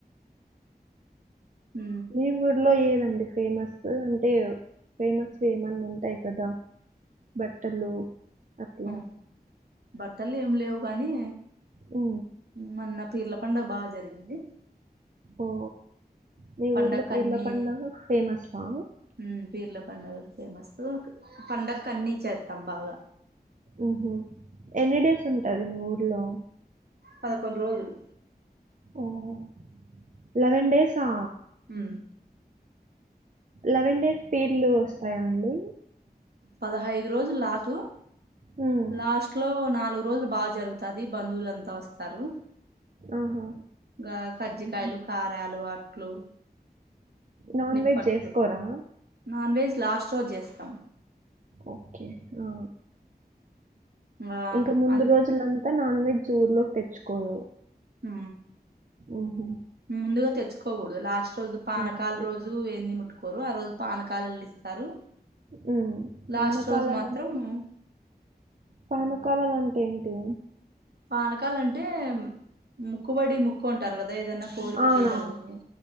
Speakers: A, on the right (about 75°); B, on the right (about 50°).
A: ఊ
B: మీ ఊర్లో ఏదండి ఫేమస్ అంటే ఫేమస్ ఏమన్నా ఉంటాయి కదా బట్టలు అట్లా
A: ఆ బట్టలు ఏమి లేవు కానీ
B: ఉ
A: మొన్నా పీర్ల పండుగ బాజరిగింది.
B: ఓ మీ
A: పండక్కన్ని
B: ఊర్లో పీర్ల పండగ ఫేమసా.
A: హ్మ్ పీర్ల పండుగ ఫేమస్ పండక్కు అన్నీ చేత్తాం బాగా.
B: ఉహ్ ఎన్ని డేస్ ఉంటాది మీ ఊర్లో?
A: పదకొండు రోజులు.
B: ఓహో లెవెన్ డేసా.
A: హ్
B: లెవెన్ డేస్ పీర్లు వస్తాయా అండి.
A: పదహైదు రోజులు లాస్ట్,
B: హ్మ్.
A: లాస్ట్లో నాలుగు రోజులు బాజరుగు తది బంధువులంతా వస్తారు
B: ఆహా!
A: ఇంగా కజ్జికాయలు
B: హుహు.
A: కారాలు, అట్లు,
B: నాన్
A: నిప్పట్లు
B: వెజ్ చేసుకోరా?
A: నాన్ వెజ్ లాస్ట్ రోజు చేస్తాం.
B: ఓకే ఆ
A: ఆ
B: ఇంకా ముందు
A: అన్
B: రోజులం తా నాన్ వెజ్ ఊర్లోలోకి తెచ్చుకోరు.
A: ఆ
B: ఓహో
A: ముందుగా తెచ్చుకోకూడదు లాస్ట్ రోజు పానకాల
B: ఆ! ఓకే.
A: రోజు ఏంది ముటు కోరు ఆ రోజు పానకాలళ్ళ ఇస్తారు.
B: ఉ పానకాలంటే
A: లాస్ట్ రోజు మాత్రం
B: పానకాలాల్ల అంటే ఏంటి?
A: పానకాల అంటే ముక్కుబడి ముక్కు అంటారు కదా ఏదన్నా కోరిక
B: అవునవును.
A: తీరాలని.